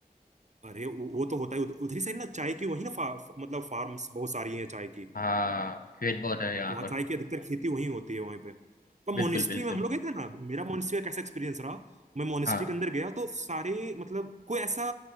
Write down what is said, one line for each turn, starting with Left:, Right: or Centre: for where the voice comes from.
Right: अरे वो वो तो होता है उध- उधरी साइड ना चाय की वही ना फा, मतलब फार्म्स बहुत सारी है चाय की
Left: हाँ खेत बहुत है यहाँ
Right: वहाँ
Left: पर
Right: चाय की अधिकतर खेती वहीं होती है वहीं पे पर
Left: बिल्कुल
Right: मोनिस्ट्री
Left: बिल्कुल
Right: में हम लोग गए थे ना मेरा मोनिस्ट्री का कैसा एक्सपीरियंस रहा मैं मोनिस्ट्री
Left: हाँ
Right: के अंदर गया तो सारे मतलब कोई ऐसा